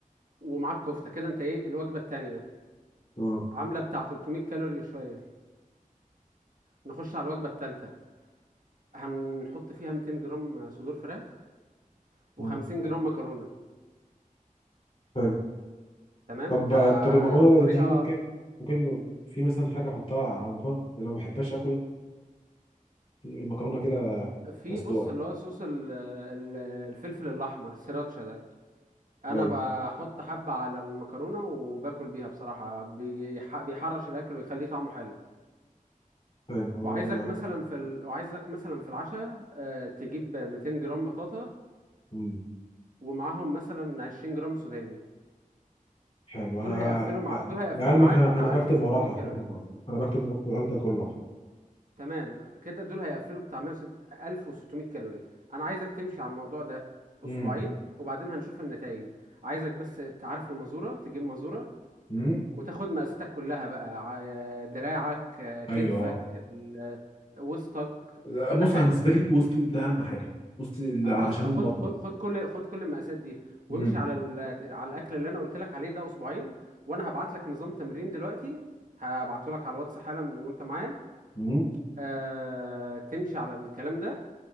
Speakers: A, on the right; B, on the left.
A: ومعاك كفته كده انت ايه الوجبه التانية
B: اه
A: عامله بتاع 300 كالوري وشويه نخش على الوجبه التالتة هنحط فيها 200 جرام صدور فراخ
B: آه.
A: و50 جرام مكرونه
B: حلو
A: تمام
B: طب
A: انت ع-
B: طب المكرونه
A: طريقه
B: دي ممكن ممكن في مثلا حاجه احطها على المكرونه انا ما بحبش اكل المكرونه كده
A: في
B: مسلوقه
A: بص اللي هو صوص ال- ال- الفلفل الاحمر السيراتشا ده انا
B: ايوه
A: بحط حبة على المكرونة وباكل بيها بصراحة بيح- بيحرش الاكل ويخليه طعمه حلو
B: حلو
A: وعايزك
B: والله.
A: مثلا في ال... وعايزك مثلا في العشاء آه، تجيب 200 جرام بطاطا
B: مم.
A: ومعاهم مثلا 20 جرام سوداني
B: حلو
A: دول
B: ه-
A: هيقفلوا مع...
B: أ-
A: دول هيقفلوا
B: لعلمك
A: معاك
B: انا
A: بتاع
B: أنا بكتب
A: 1600
B: وراك على
A: كالوري
B: فكره انا بكتب وراك ده كله على فكره
A: تمام كده دول هيقفلوا بتاع 106 1600 كالوري انا عايزك تمشي على الموضوع ده
B: امم
A: اسبوعين وبعدين هنشوف النتائج عايزك بس تعرف المزورة تجيب مزورة
B: امم
A: وتاخد مقاساتك كلها بقى ع- دراعك آه، كتفك
B: ايوه اه
A: ال- وسطك
B: لا،
A: كل
B: بص
A: حاجة
B: انا بالنسبه لي وسط ده اهم حاجه وسط ال- عشان
A: بص خد
B: البطن
A: خد خد كل خد كل المقاسات دي وامشي
B: امم
A: على ال- على الاكل اللي انا قلت لك عليه ده اسبوعين وانا هبعت لك نظام تمرين دلوقتي هبعته لك على الواتس حالا من وانت معايا
B: امم
A: أه تمشي على الكلام ده